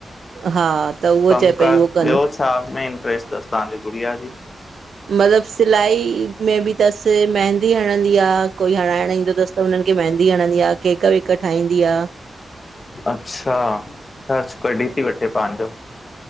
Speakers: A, on the right; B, on the left.
A: हा, त उहो
B: कम
A: चए
B: कार
A: पई उहो कंदमि।
B: ॿियो छा में इंटरेस्ट अथसि तव्हां जी ॻुॾिया जी?
A: मतिलबु सिलाई में बि अथसि, मेहंदी हणंदी आहे। त कोई हणाइण ईंदो अथसि त हुननि खे मेहंदी हणंदी आहे, केक वेक ठाहींदी आहे।
B: अच्छा, ख़र्च कॾी थी वठे पंहिंजो?